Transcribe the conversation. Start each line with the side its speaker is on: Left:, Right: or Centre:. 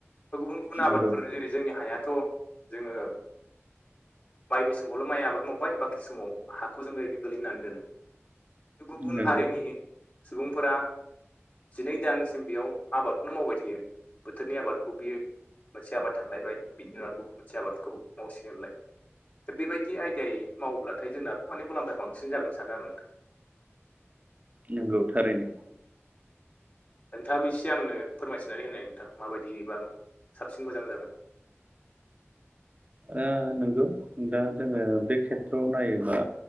Left: गुबुन गुबुन आबादफोर
Right: नंगौ
Left: जेरै जोंनि हायाथ' जोङो। बायनि समावल' माइ आबाद मावबाय बाखि समाव हाखौ जों ओरैनो गोलैनानै दोनो गुबुन
Right: नंगौ
Left: हारिनि सुबुंफोरा जिनै दानसिम बेयाव आबादखौनो मावबाय थायो बोथोरनि आबाद। कबि मोनसे आबाद थांलायबाय बिनि उनाव गुबुन मोनसे आबादखौ मावसिगोनलाय। दा बेबायदि आयदायै मावोब्लाथाय जोंनाबो माने मुलामफाया बांसिन जागोन सार आरो नोंथां।
Right: नोंगौ थारैनो।
Left: नोंथाङाबो एसे आंनो फोरमायथिनानै होनाय नोंथां माबायदिबा साबसिन मोजां जागोन।
Right: ओ नंगौ दा जोङो बे खेथ्रआव नायोबा